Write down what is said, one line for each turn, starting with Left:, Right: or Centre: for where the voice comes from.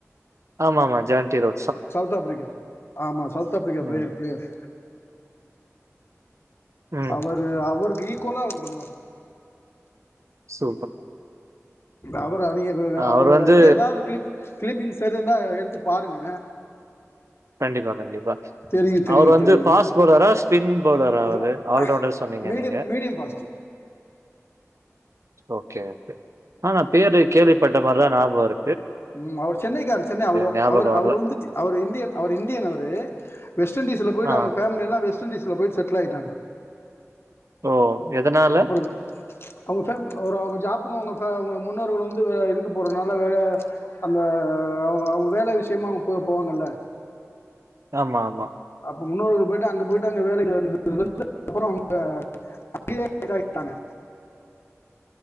Right: ஆமா ஆமா ஜான்டி ரோ
Left: சவுத் ஆஃப்ரிக்கா ஆமா சவுத் ஆஃப்ரிக்கா பிளேயர்
Right: ம்,
Left: பிளேயர்
Right: ம்.
Left: அவரு அவர் ஈக்கோலா அவரு பண்ணுவாரு
Right: சூ
Left: அவரு அணியே இப்டிதா அவரோட
Right: அவர் வந்து
Left: இது எதாவ்து கிளிப் க்ளீப்பிங்ஸ் இருந்தா எடுத்து பாருங்க
Right: கண்டிப்பா கண்டிப்பா
Left: தெரியு தெரியு
Right: அவரு வந்து
Left: தெரியு
Right: ஃபாஸ்
Left: எப்
Right: பவ்லரா ஸ்பின் பவ்லரா
Left: சோ
Right: ஆல்ரவுண்டர் சொன்னீங்க
Left: மீடியம்
Right: நீங்க
Left: மீடியம் ஃபாஸ்ட்
Right: ஓகே ஆனா பேரு கேள்விப்பட்ட மாரிதா நாபக இருக்
Left: உம் அவரு சென்னைக்காரு சென்னை அவரு
Right: ஞாபகம்
Left: அவர்
Right: வரல.
Left: அவரு வந்து தி அவரு இண்டியன் அவரு இந்தியன் அவரு வெஸ்ட் இண்டீஸ்ல போய்ட்டு
Right: ஆ.
Left: அவ்ங்க ஃபேம்லியெல்லா வெஸ்ட் இண்டீஸ் ல போய்ட்டு செட்டில் ஆயிட்டாங்க
Right: ஓ எதனால?
Left: அப்பறம் அவ்ங்க ஃபிரெண்ட் அவரா வந் ஜாப்புக்கு அவ்ங்க ஃபே அவ்ங்க முன்னோர்கள் வந்து வே இதுக்கு போறனால வேல அந்த அங்க அவ்ங்க வேல விஷ்யமா அவ்ங்க போ போவாங்கல்ல
Right: ஆமா ஆமா
Left: அப்ப முன்னோர்கள் போயிட்டு அங்க போயிட்டு அங்க வேலைக்கு வந்து <inaudible> அப்பற அவ்ங்க அங்கயே இத ஆய்ட்டாங்க